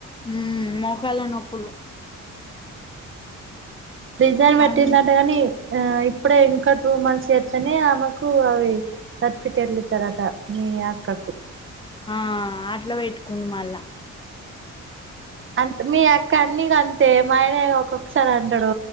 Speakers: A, on the left (about 15°); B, on the right (about 40°).
A: ఉమ్ మోకాళ్ళ నొప్పులు
B: డిజైన్ పెట్టిందట
A: అని
B: కని ఆ ఇ ఇప్పుడే ఇంకా టూ మంత్స్ అట్లానే ఆమెకు అవి సర్టిఫికేట్లు ఇస్తారట మీ అక్కకు
A: ఆ ఆట్లా వేట్టుకుంది మల్ల
B: అంతే మీ అక్క అన్నిక అంతే మా ఆయనే ఒక్కొక్కసారి అంటడు,